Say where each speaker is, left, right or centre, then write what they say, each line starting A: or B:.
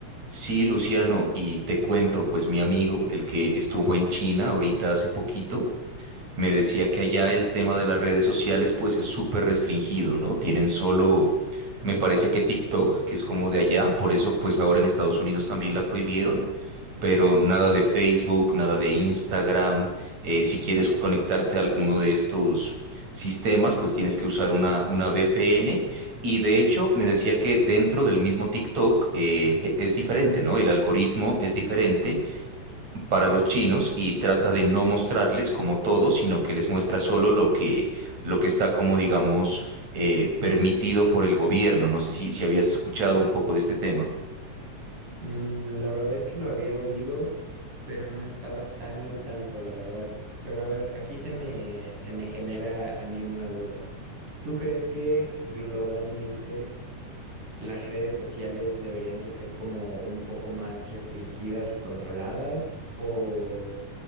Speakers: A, on the right; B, on the right.
A: Sí, Luciano, y te cuento, pues mi amigo, el que estuvo en China ahorita hace poquito, me decía que allá el tema de las redes sociales pues es súper restringido, ¿no? Tienen solo, me parece que TikTok, que es como de allá, por eso pues ahora en Estados Unidos también la prohibieron, pero nada de Facebook, nada de Instagram. eh, si quieres conectarte a alguno de estos sistemas, pues tienes que usar una, una VPN y de hecho me decía que dentro del mismo TikTok eh, e- es diferente, ¿no? El algoritmo es diferente para los chinos y trata de no mostrarles como todo, sino que les muestra solo lo que, lo que está como, digamos, eh, permitido por el gobierno. No sé si, si habías escuchado un poco de este tema.
B: Mm, la verdad es que lo había oído, pero no estaba tan al tanto, la verdad. Pero a ver, aquí se me, se me genera a mí una duda. ¿Tú crees que globalmente las redes sociales deberían de ser como un poco más restringidas y controladas? ¿O,